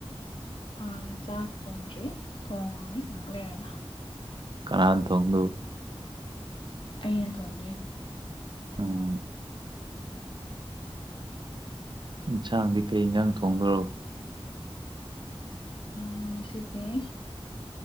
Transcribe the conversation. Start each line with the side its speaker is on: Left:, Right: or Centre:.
Left: ꯑꯥ ꯆꯥꯛ ꯊꯣꯡꯗ꯭ꯔꯤ ꯊꯣꯡꯉꯅꯤ ꯉꯥꯏꯍꯥꯛ ꯂꯩꯔꯒ
Right: ꯀꯅꯥ ꯇꯣꯡꯗꯨ
Left: ꯑꯩꯅ ꯀꯧꯗ
Right: ꯎꯝ ꯏꯟꯁꯥꯡꯗꯤ ꯀꯩ ꯏꯟꯁꯥꯡ ꯊꯣꯡꯗ꯭ꯔꯣ
Left: ꯑ ꯁꯤꯔꯤꯦ